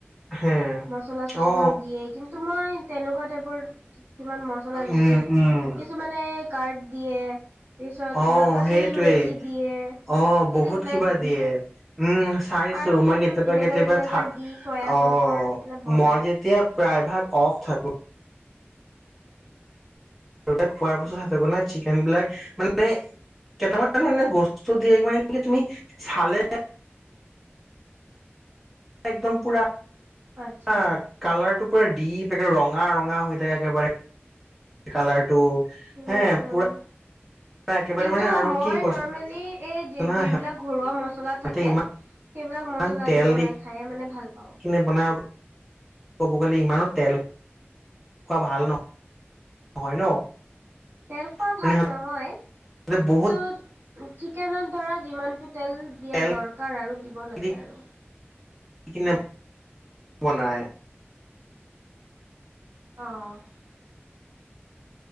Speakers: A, in the centre; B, on the right (about 60°).
A: হে
B: মচলা-চছলাও
A: অ
B: দিয়ে, কিন্তু মই তেনেকুৱা টাইপৰ কিমান মছলা নিদিও।
A: উম উম
B: কিছুমানে কাৰ্দ দিয়ে, পিছত
A: অ
B: কিবা কাচুৰি
A: সেইটোৱে
B: মেথি দিয়ে।
A: অ
B: চিলি
A: বহুত
B: ফ্লেক্স
A: কিবা দিয়ে। উম চাইছো,
B: আৰু কিবা
A: মই কেতিয়াবা
B: কিবি ভিনেগাৰ
A: কেতিয়াবা
B: চিনেগাৰ
A: থাক-
B: দি চয়া
A: অ'
B: চচ মচ দি পেলাই বনাই।
A: মই যেতিয়া প্ৰায়ভাগ অফ থাকো <unintelligible> খোৱাৰ পাছত হে <unintelligible> চিকেনবিলাক মানে কেটামান <unintelligible> বস্তু দিয়ে মানে কি তুমি চালে একদম পুৰা
B: আচ্ছা।
A: আ কালাৰটো পুৰা ডীপ একেবাৰে ৰঙা-ৰঙা হৈ থাকে একেবাৰে। কালাৰটো
B: উম
A: হে,
B: উম।
A: পুৰা একেবাৰে
B: কিন্তু
A: মানে আৰু
B: মই
A: কি কোৱাচোন
B: নৰ্মেলি এই যি-যিবিলাক
A: না
B: ঘৰুৱা মছ মচলা
A: সিহঁতে
B: থাকে, সেইবিলাক
A: ইমান
B: মচলা
A: তেল
B: দি বনাই খায়ে মানে ভাল পাওঁ।
A: কিনে বনাই আৰু ক'ব গ'লে ইমানো তেল খোৱা ভাল ন-নহয় ন?
B: তেল খোৱা
A: মানে
B: ভাল নহয়।
A: সিহঁতে
B: কিন্তু
A: বহুত
B: চিকেনত ধৰা যিমানটো তেল দিয়া
A: তেল
B: দৰকাৰ আৰু দিব লাগে
A: দি
B: আৰু।
A: <unintelligible> কিনে বনায়
B: অ'।